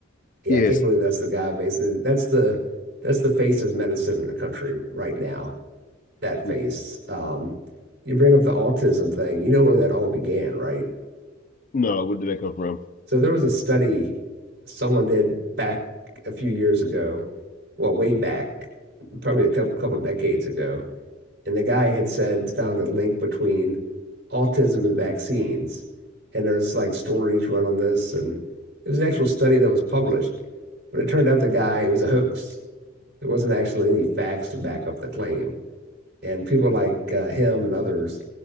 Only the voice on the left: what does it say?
Yes,
Mm-hmm.
No, where did that come from?